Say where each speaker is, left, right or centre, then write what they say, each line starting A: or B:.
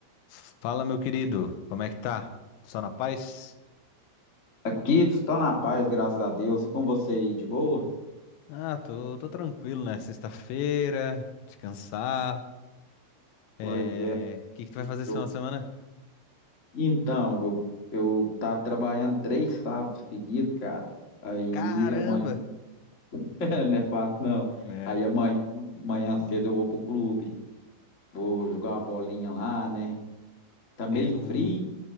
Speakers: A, on the left; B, on the left.
A: Fala, meu querido, como é que tá? Só na paz?
B: Aqui estou na paz, graças a Deus. E com você aí, de boa?
A: Ah, tô, tô tranquilo, né? Sexta-feira, descansar. É...
B: Pois é,
A: O que que tu vai
B: estou.
A: fazer esse final de semana?
B: Então, eu, eu tava trabalhando três sábados seguidos, cara. Aí
A: Caramba!
B: amanhã, <laughs> não é fácil não.
A: É,
B: Aí amanhã, amanhã cedo eu vou pro clube. Vou jogar uma bolinha lá, né? Tá meio
A: tens
B: frio,
A: um...